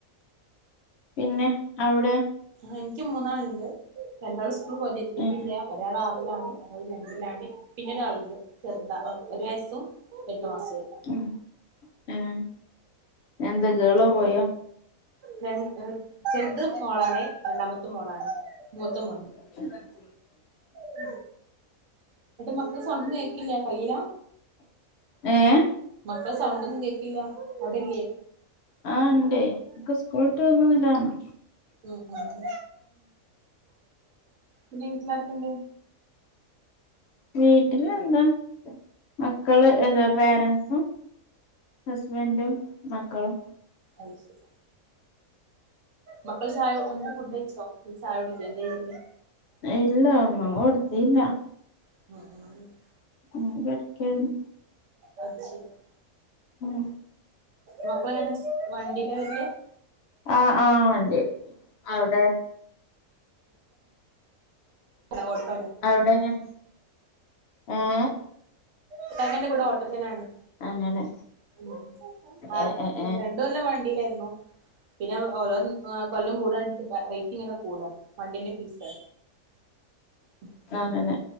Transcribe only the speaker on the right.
ആഹ് എനിക്ക് മൂന്നാള്ണ്ട് രണ്ടാള് സ്കൂള് പോയതാ എത്തീട്ടില്ല
ഒരാളാറിലാണ് ഒരാൾ രണ്ടിലാണ് പിന്നെ ഒരാള്ണ്ട് ചെറുതാ ഒ ഒരു വയസ്സും എട്ട് മാസായി
രണ്ട് എ ചെറുത് മോളാണ് രണ്ടാമത്തും മോളാണ് മൂത്തമോനും
മ് എന്നിട്ട് മക്കളെ സൗണ്ടൊന്നും കേക്കില്ല കൈയിലാ
മക്കളെ സൗണ്ടൊന്നും കേക്കില്ല അവടില്ലേ?
ഉം ഉം പിന്നെ വീട്ടിലാരൊക്കെ‌ണ്ട്
അത്ശെരി മക്കള് ചായ വന്നിട്ട് ഫുഡയിച്ചോ ചായ കുടിക്കേ എന്താ ചെയ്യല്?
<unintelligible>
അത് ശരിയാ
മക്കളെങ്ങനെ സ് വണ്ടീലാ വെരല്
ഓട്ടോലാ
ഇക്കാക്കേന്റെ കൂടെ ഓട്ടർഷയിലാണ്
ഉം അത്
രണ്ട് കൊല്ലം വണ്ടിലാരുന്നു പിന്നെ ഓരോ ഏഹ് കൊല്ലം കൂടാ റേറ്റിങ്ങനെ കൂടാ വണ്ടീന്റെ ഫീസ് ഉം